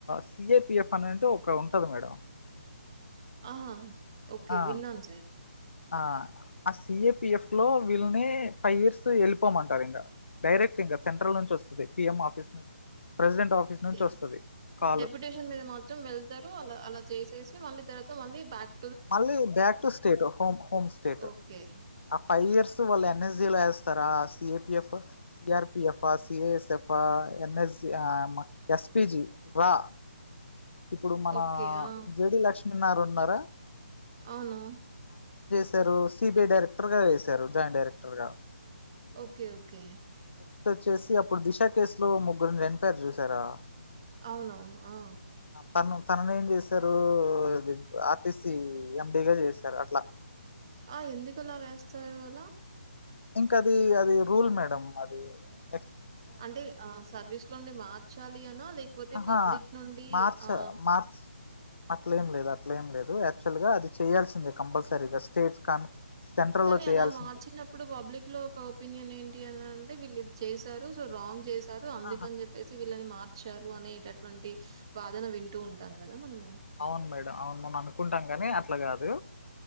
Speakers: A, on the left; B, on the right.
A: సి. ఎ. పి. ఎఫ్ అనేంటే ఒక ఉంటది మేడం.
B: ఆ ఓకే
A: ఆ
B: విన్నాను సార్
A: ఆ ఆ సి. ఏ. పి. ఎఫ్ లో వీళ్ళని ఫైవ్ ఇయర్స్ వెళ్ళిపోమంటారు ఇంగా. డైరెక్ట్ ఇంగా సెంట్రల్ నుంచి వస్తది. పి. ఎం ఆఫీస్ నుంచి ప్రెసిడెంట్ ఆఫీస్
B: ఓకే
A: నుంచి వస్తుంది కాల్
B: డెప్యూటేషన్ మీద మాత్రం వెళ్తారు. అలా అలా చేసేస్ మళ్ళీ తర్వాత మళ్లీ బాక్
A: మళ్ళీ back to state home home state
B: okay.
A: Five years వాళ్ళు ఎన్. ఎస్జి లా ఏస్తారా. C. A. P. F, C. RP. F, C. A. S. F, N. SG ఆ అమ్మ ఎస్పి. జి రా ఇప్పుడు మన
B: ఓకే. ఆ!
A: జేడి లక్ష్మి న్నారు ఉన్నారా.
B: అవును
A: సారూ సి. బి. ఐ. డైరెక్టర్గా ఏసారు, జాయింట్ డైరెక్టర్గా.
B: ఓకే ఓకే
A: స్ట్ వచ్చేసి అప్పుడు దిశ కేసు లో ముగ్గురునేంపారు చూసారా?
B: అవునవును ఆ
A: నన్ను తననేం చేశారు. ఇది ఆర్టిస్ట్ సి ఎం. పీ. గా చేసార్ అట్లా
B: ఆ ఎందుకులా వేస్తారు? అలా!
A: ఇంకా అది అది రూల్ మేడం. అది ఆ
B: అంటే ఆ సర్వీస్లోది మార్చ్ చాలియాన్న. లేకపోతే
A: ఆహా
B: పబ్లిక్ నుండి
A: మార్చ్
B: ఆ
A: మార్చ్ అట్లేం లేదు, అట్లేం లేదు. యాక్చువల్ గా అది చేయాల్సిందే. కంపల్సరీగా స్టేట్స్ కాన్ సెంట్రల్
B: కానీ
A: లో చేయాల్సింది
B: అలా మార్చినప్పుడు. పబ్లిక్ లో ఒక ఒపీనియన్ ఏంటి అనన్ అంటే వీళ్ళుది చేశారు. సో రాంగ్ చేస్ తారు. అందుక
A: ఆహా
B: అని చెప్పేసి వి ళ్ళని మార్చారు అనేటటువంటి. వాదన వింటూ ఉంటాం కదా. మనం
A: అవును మేడం అవును మనం అనుకుంటాం. గాని అట్ల్ లాగాదు